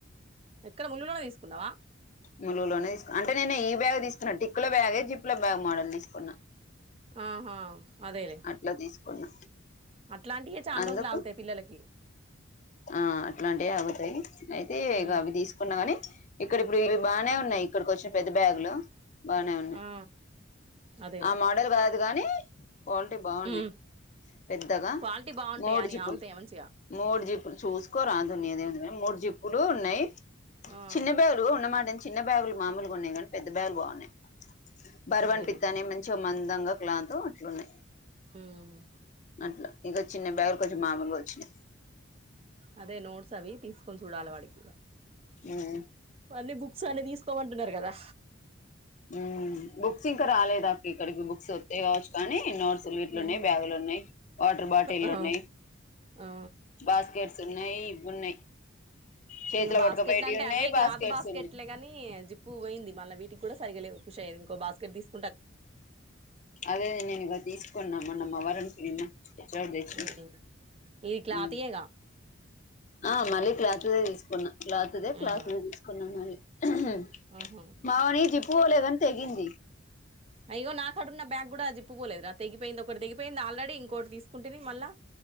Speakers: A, on the right (about 30°); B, on the left (about 35°).
A: ఎక్కడ ముళ్లులోనే తీసుకున్నావా
B: ములుగులోనే తీసుకున్నా అంటే నేను ఈ బ్యాగ్ తీసుకున్నా టిక్ల బ్యాగే జిప్ల బ్యాగ్ మోడల్ తీసుకున్నా
A: ఆహా అదేలే
B: అట్లా తీసుకున్నా
A: అట్లాంటివి చాలా
B: అందుకు
A: రోజులు ఆగుతాయి పిల్లలకి
B: ఆ అట్లాంటివే అగుతాయి అయితే ఇ
A: ఉమ్
B: అవి తీసుకున్నా గాని ఇక్కడ ఇప్పుడు ఇవి బానే ఉన్నాయి ఇక్కడికి వచ్చె పెద్ద బ్యాగులు బానే ఉన్నాయి
A: ఆ అదేలే
B: ఆ మోడల్ కాదు గానీ ఉంటే బాగున్నాయి
A: ఉమ్
B: పెద్దగా
A: క్వాలిటీ బాగుంటాయా
B: మోడు
A: అని
B: జిప్పులు
A: ఆగుతాయా మంచిగా
B: మో మూడు జిప్పులు చూసుకోరాదు దే మూడు జిప్పులు ఉన్నాయి
A: ఆ
B: చిన్న బ్యాగులు ఉన్నమాట చిన్న బ్యాగులు మామూలుగా ఉన్నాయి కాని పెద్ద బ్యాగులు బాగున్నాయి బర్వాన్
A: అదేలే
B: పిత్తానే మంచిగా మ తంగా క్లాత్ అట్లా ఉన్నాయి
A: ఉమ్
B: అట్లా ఇక చిన్న బ్యాగు కొద్ది మామూలుగా వచ్చినయి
A: అదే నోట్స్ అవి తీస్ కొ చూడాల వాడికి
B: ఉమ్
A: అన్నీ బుక్స్ అన్ని తీసుకోమంటున్నారు కదా
B: ఉ బుక్స్ ఇంకా రాలేదా ఇక్కడికి బుక్స్ వత్తాయి కావచ్చు కానీ నోట్స్లు వీట్లున్నాయి
A: ఉమ్
B: బ్యాగులు ఉన్నాయి వాటర్ బాటిల్
A: ఆ
B: ఉన్నాయి
A: ఆ
B: బాస్కెట్స్ ఉన్నాయి ఇవున్నాయి చేతిలో
A: ఇంకా బాస్కెట్ల
B: పట్టుకపోయేటివి
A: అంటే
B: ఉన్నాయి
A: అవే
B: బాస్కెట్స్
A: క్లాత్ బాస్కెట్లే
B: ఉన్నాయి
A: కాని జిప్ పూ పోయింది మళ్ళ వీటికి కూడా సరిగలేవు షయది ఇంకో బాస్కెట్ తీసు
B: అదే నేను ఇక తీసుకున్నా మన్నా మా వరుణ్ కి నిన్న ఎప్పుడో తెచ్చినా
A: ఈ ఈ క్లాతియేగా
B: ఉమ్ ఆ మళ్ళీ క్లాత్ దే తీసుకున్నాం క్లాత్ దే క్లాత్
A: ఉమ్
B: తీసుకున్నాం మళ్ళీ ఉహు
A: ఆహా
B: మా వాని జిప్పుపోలేదని తెగింది
A: అయ్యో నాకు కాడున్న బ్యాగ్ కూడా జిప్పు పోలేదు రా తెగిపోయింది ఒకటి తెగిపోయింది ఆల్రెడీ ఇంకోటి తీసుకుంటిని మళ్ళా